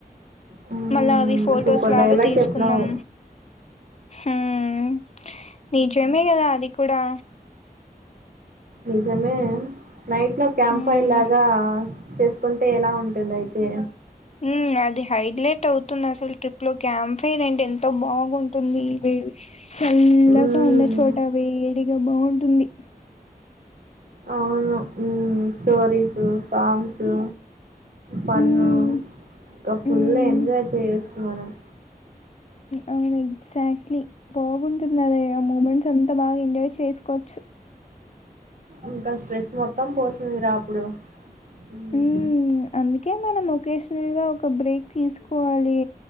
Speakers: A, on the right (about 60°); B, on the left (about 45°).
A: హ్మ్
B: మళ్ళా అవి ఫోర్డేస్
A: సూపర్
B: లో
A: డైలాగ్
B: ఆగి తీసుకుందాం.
A: చెప్పినావు.
B: హ్మ్ నిజమే గదా అది కూడా.
A: నిజమే. నైట్ లో క్యాంపైలాగా.
B: హ్మ్.
A: చేసుకుంటే ఎలా ఉంటుంది ఐతే.
B: ఉమ్ అది హైలైట్ అవుతుంది అసలు ట్రిప్ లో క్యాంఫీరెంట్. తో బాగుంటుంది ఇదే. చల్లగా
A: హ్మ్.
B: ఉండచోట వేడి. ఏ బాటుంది.
A: అవును ఉమ్ స్టోరీసు సోంగ్సు. పన్ను
B: హ్మ్.
A: ఇంకా ఫుల్
B: హ్మ్.
A: ఎంజాయ్ చేయొచ్చు. తూవరం.
B: అవును ఎక్సెక్ట్లీ బాగుంటుంది అదేగా మూమెంట్స్ అంతా బాగా ఎంజాయ్ చేస్కొచ్చు.
A: ఇంకా స్ట్రెస్ మొత్తం పోతుందిరా అప్పుడు. హ్మ్.
B: ఉమ్ అందుకే మనం ఒకేషనల్ గా ఒక బ్రేక్. తీసుకోవాలి